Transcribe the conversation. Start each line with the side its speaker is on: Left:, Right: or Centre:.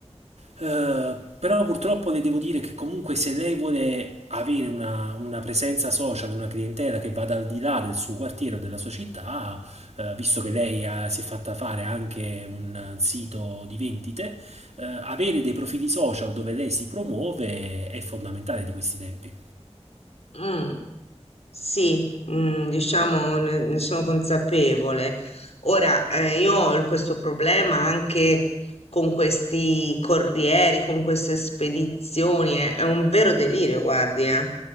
Right: Eh, però purtroppo le devo dire che comunque se lei vuole avere una, una presenza social, una clientela che vada al di là del suo quartiere o della sua città, eh, visto che lei ha- si è fatta fare anche un sito di vendite, eh, avere dei profili social dove lei si promuove è fondamentale di questi tempi.
Left: Mm, sì, mm, diciamo ne, ne sono consapevole. Ora, eh, io ho il- questo problema anche con questi corrieri, con queste spedizioni, è, è un vero delirio, guardi, eh,